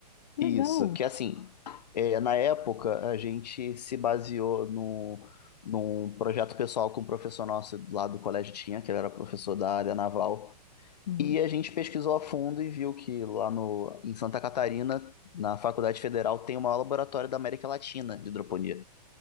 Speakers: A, on the left; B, on the left.
A: Que
B: Isso,
A: legal.
B: que assim, é, na época a gente se baseou no, num projeto pessoal que um professor nosso lá do colégio tinha, que ele era professor da área naval,
A: Uhum.
B: e a gente pesquisou a fundo e viu que lá no, em Santa Catarina, na Faculdade Federal, tem o maior laboratório da América Latina de hidroponia.